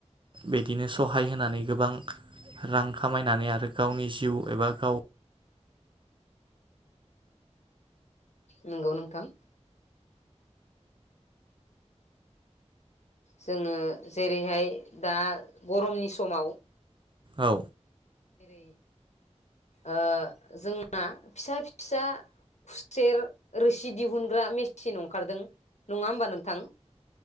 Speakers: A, on the right; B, on the left.
A: बिदिनो सहाय होनानै गोबां रां खामायनानै आरो गावनि जिउ एबा गाव
B: नोंगौ नोंथां। जोङो जेरैहाय दा गरमनि समाव
A: औ।
B: जेरै ओ जोंना फिसा फिसा खुसेर रोसि दिहुनग्रा मेसिन अंखारदों। नङा ओमबा नोंथां?